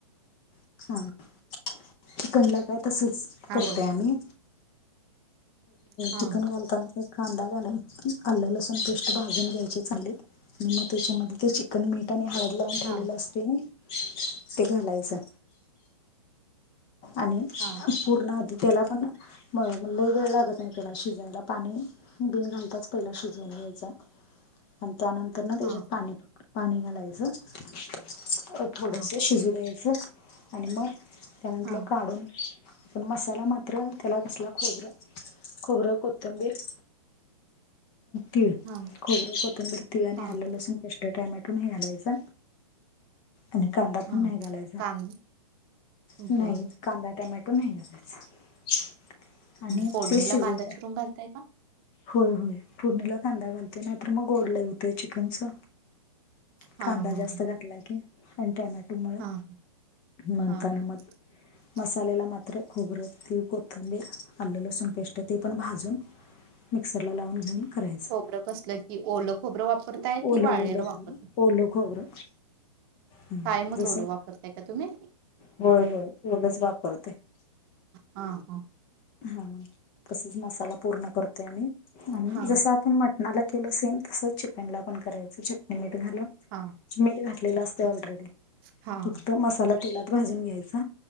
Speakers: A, on the left; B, on the right.
A: <unintelligible> चिकनला काय तसंच
B: हां,
A: करतोय
B: बोल.
A: आम्ही
B: हां,
A: चिकन घालताना कांदा घाला आल्लं लसूण पेस्ट भाजून घ्यायची चांगली आणि मग त्याच्यामध्ये ते चिकन चिकन मीठ आणि हळद लावून ठेवलेलं
B: हां,
A: असतयं म ते घालायचं. आणि
B: हा.
A: पूर्ण आधी त्याला पण म मग वेळ लागत नाही त्याला शिजऊन पाणी बिन घालताच पहिला शिजवून घ्यायचं आणि त्यानंतर न त्याच्यात
B: हां,
A: पाणी पाणी घालायचं. थोडंसं
B: हां,
A: शिजू द्यायचं आणि मग त्यातलं
B: हां,
A: काढून आपण मसाला मात्र त्याला कसला खोबरं खोबरं कोथंबीर- तीळ
B: हां,
A: खोबरं कोथिंबीर तीळ आणि
B: हां,
A: आलं लसूण पेष्ट टॅमॅटो नाही घालायचा. आणि कांदा
B: हां.
A: पण नाही घालायचा
B: कांद
A: नाही.
B: बरं
A: कांदा टोमॅटो नाही घालायचा आणि
B: फोडणीला
A: ते शिजवून
B: कांदा चिरून घालताय का.
A: होय होय फोडणीला कांदा घालते नाहीतर मग गोड लयं हुतंय चिकनचं.
B: हां,
A: कांदा
B: हां,
A: जास्त घातला की आणि टोमॅटोमुळं
B: हां,
A: म्हणतान
B: हां,
A: मग
B: <inaudible>
A: मसाल्याला मात्र खोबरं तीळ कोथंबीर आलं लसूण पेस्ट ते पण भाजून. मिक्सर लावून घेऊन करायचं.
B: खोबर कसलं की ओलं खोबरं वापरताय
A: ओलं
B: कि वाळलेलं
A: ओलं
B: वापरत.
A: खोबरं ओलं खोबरं हं,
B: कायमच
A: जसं
B: ओल वापरताय का तुम्ही?
A: होय होय ओलंच वापरते
B: हा हा.
A: हा तसंच मसाला पूर्ण करतोय आणि
B: हां,
A: जसं आपण म्हट- मला केलं सेम तसंच चिकनलापण करायचं चटणी मीठ घालून
B: हा.
A: मीठ घातलेलं असतयं ऑलरेडी
B: हां.
A: फक्त मसाला तेलात भाजून घ्यायचा.